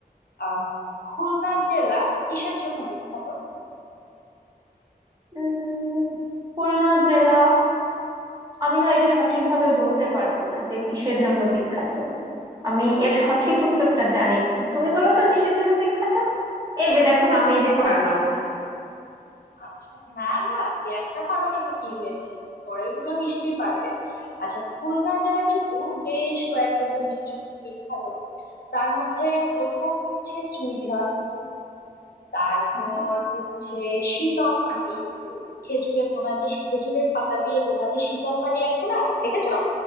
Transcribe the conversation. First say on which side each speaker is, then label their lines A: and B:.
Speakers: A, on the left; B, on the right.
A: আম, খুলনা জেলা কিসের জন্য বিখ্যাত
B: উম খুলনা জেলা আমি না এটা সঠিকভাবে বলতে পারবো না যে কিসের জন্য বিখ্যাত আমি
A: আ-
B: এর সঠিক উত্তরটা জানি না তুমি বলো তো কিসের জন্য বিখ্যাত এই যে
A: আ-
B: দেখো না আমি এই যে পারলাম
A: আচ্ছা না না এই একটা কারণে তো কি হয়েছে পরেরগুলো নিশ্চয়ই পারবে আচ্ছা খুলনা জেলা কিন্তু বেশ কয়েকটা জিনিসের জন্য বিখ্যাত তার মধ্যে প্রথম হচ্ছে চুই ঝাল তারপর
B: না
A: হচ্ছে শীতল পাটি হুম, খেজুরে বোনা যে খেজুরের পাতা দিয়ে বোনা যে শীতল পাটি আছে না দেখেছো